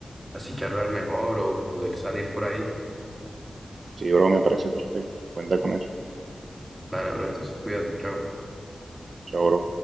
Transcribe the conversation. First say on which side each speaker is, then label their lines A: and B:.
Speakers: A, on the right (about 20°); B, on the right (about 80°).
A: así charlar mejor o poder salir por ahí.
B: Sí, bro, me parece perfecto. Cuenta con eso.
A: Dale, bro. Entonces, cuídate, chao.
B: Chao, bro.